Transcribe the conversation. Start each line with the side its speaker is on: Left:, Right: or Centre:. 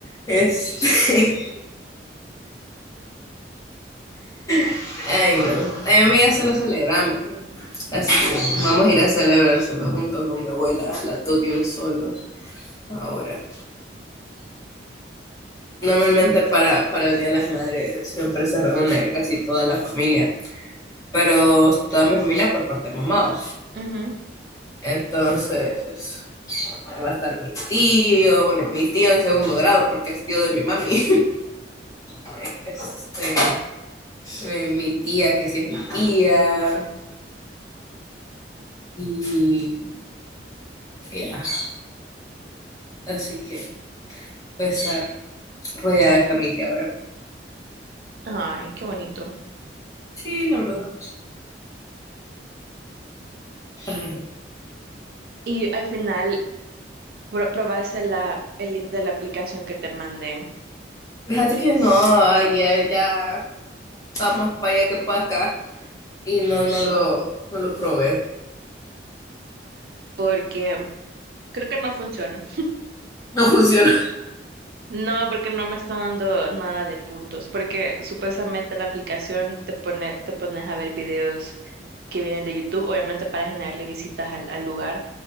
Left: Este, <laughs> ay, no. a mi ya solo celebramos. Así que vamos a ir a celebrárselo junto con mi abuela a las dos de un solo ahora. Normalmente para, para el Día de las Madres siempre se reúne casi toda la familia, pero toda mi familia por parte de mamá.
Right: Ujú.
Left: Entonces, ahí va a estar mi tío, bueno, mi tío en segundo grado porque es tío de mi mami. <laughs> Este, eh, mi tía, que sí es mi tía, y eh, ajá. así que voy a estar rodeada de familia ahora.
Right: Ay, qué bonito.
Left: Sí, la verdad. Ajá.
Right: Y al final pro- probaste la, el link de la aplicación que te mandé,
Left: Fíjate que no, ayer ya está más para allá que para acá y no, no lo, no lo probé.
Right: porque creo que no funciona.
Left: No funciona.
Right: No, porque no me está dando nada de puntos, porque supuestamente la aplicación te pone, te pones a ver videos que vienen de YouTube, obviamente para generarle visitas al, al lugar,